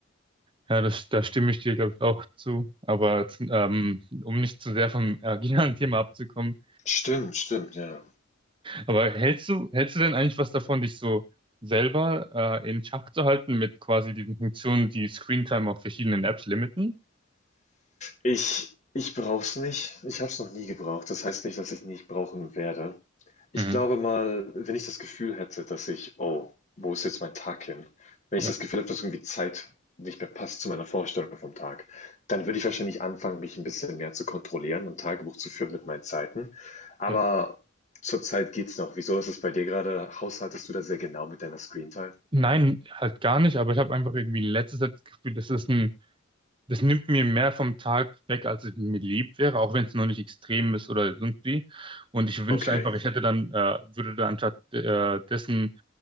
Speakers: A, on the right; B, on the left.
A: ja das, da stimme ich dir, glaube ich, auch zu. Aber jetzt, ähm, um nicht zu sehr vom originalen <laughs> Thema abzukommen,
B: Stimmt, stimmt, ja.
A: aber hältst du, hältst du denn eigentlich was davon, dich so selber äh, in Schach zu halten mit quasi diesen Funktionen, die Screentime auf verschiedenen Apps limiten?
B: Ich ich brauche es nicht. Ich habe es noch nie gebraucht. Das heißt nicht, dass ich nicht brauchen werde. Ich
A: Mhm.
B: glaube mal, wenn ich das Gefühl hätte, dass ich oh, wo ist jetzt mein Tag hin? Wenn
A: Ja,
B: ich das Gefühl habe, dass irgendwie Zeit nicht mehr passt zu meiner Vorstellung vom Tag, dann würde ich wahrscheinlich anfangen, mich ein bisschen mehr zu kontrollieren und Tagebuch zu führen mit meinen Zeiten. Aber
A: ja.
B: zurzeit geht's noch. Wieso ist es bei dir gerade? haushaltest du da sehr genau mit deiner Screentime?
A: Nein, halt gar nicht, aber ich habe einfach irgendwie in letzter Zeit das Gefühl, das ist ein Das nimmt mir mehr vom Tag weg, als es mir lieb wäre, auch wenn es noch nicht extrem ist oder irgendwie. Und ich wünschte
B: Okay.
A: einfach, ich hätte dann, äh, würde dann anstatt äh, dessen